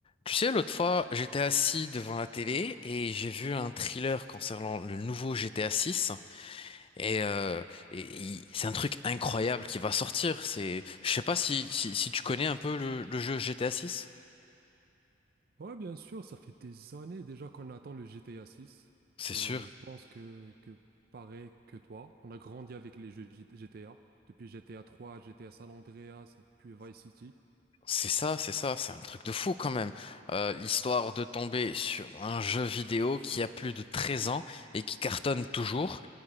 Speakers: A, on the left; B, on the right.
A: Tu sais, l'autre fois, j'étais assis devant la télé et j'ai vu un thriller concernant le nouveau GTA 6 et, euh, et il- c'est un truc incroyable qui va sortir. C'est, je sais pas si, si, si tu connais un peu le, le jeu GTA 6.
B: Ouais, bien sûr, ça fait des années déjà qu'on attend le GTA 6
A: C'est
B: et
A: sûr.
B: je pense que, que pareil que toi, on a grandi avec les jeux G- GTA, depuis GTA 3, GTA San Andreas, puis Vice City.
A: C'est ça, c'est ça, c'est un truc de fou quand même. Euh, l'histoire de tomber sur un jeu vidéo qui a plus de 13 ans et qui cartonne toujours.